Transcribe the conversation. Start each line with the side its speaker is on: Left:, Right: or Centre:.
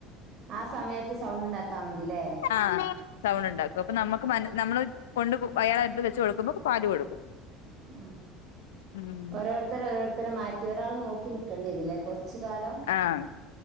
Right: ആ സമയത്ത് സൗണ്ട് ഉണ്ടാക്കാ മതില്ലേ
Left: ആഹ് സൗണ്ട് ഉണ്ടാക്കും അപ്പൊ ആ നമ്മുക്ക് നമ്മള് കൊണ്ട് അയയാളടുത്ത് വെച്ച കൊടുക്കുമ്പോ പാല് കൊടുക്കും
Right: ഉ
Left: ഉം
Right: ഓരോരുത്തരെ ഓരോരുത്തരെ മാറ്റി ഒരാൾ നോക്കി നക്കണ്ട ഇതില്ലേ ച്ചു കാലം?
Left: ആഹ്